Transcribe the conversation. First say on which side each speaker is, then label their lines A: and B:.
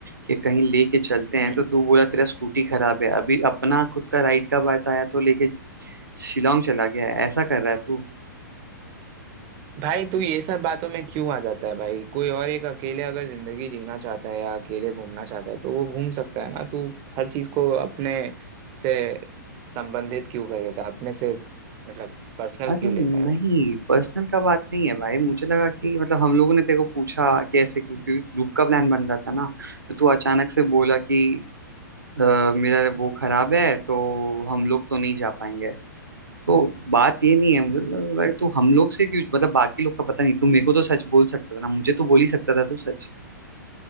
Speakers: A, on the right; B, on the right.
A: कि कहीं लेके चलते हैं
B: हम्म।
A: तो तू बोला तेरा स्कूटी खराब है अभी अपना खुद का राइड का बात आया तो लेके शिलोंग चला गया है ऐसा कर रहा है तू
B: भाई तू ये सब बातों में क्यों आ जाता है भाई कोई और एक अकेले अगर जिंदगी जीना चाहता है या अकेले घूमना चाहता है तो वो घूम सकता है ना तू हर चीज को अपने से संबंधित क्यों कर देता है अपने से मतलब पर्सनल
A: अरे
B: क्यों
A: नहीं
B: लेता है भाई
A: पर्सनल का बात नहीं है भाई मुझे लगा कि मतलब हम लोगों ने तेरे को पूछा कि ऐसे क्यों- क्योंकि ग्रुप का प्लान बन रहा था ना तो तू अचानक से बोला कि "अ, मेरा वो खराब है तो हम लोग तो नहीं जा पाएंगे तो बात ये नहीं है मुझे लग रहा है तो हम लोग से क्यों मतलब बाकी लोग का पता नहीं तू मेरे को तो सच बोल सकता था ना मुझे तो बोल ही सकता था तू सच